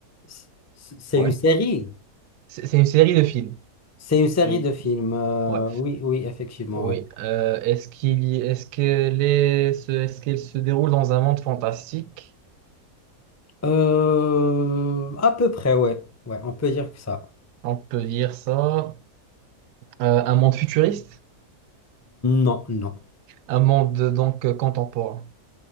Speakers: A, on the left (about 20°); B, on the right (about 85°).
A: C- C'est
B: ouais.
A: une série.
B: C'est c'est une série de films.
A: C'est une série
B: Une-
A: de films. euh,
B: Ouais.
A: oui, oui, effectivement,
B: Oui.
A: ouais.
B: Euh, est-ce qu'il y- est-ce qu'elle est, ce- est-ce qu'elle se déroule dans un monde fantastique?
A: Euh, à peu près, ouais. Ouais, on peut dire que ça.
B: On peut dire ça. Euh, un monde futuriste?
A: Non, non.
B: Un monde euh, donc euh, contemporain.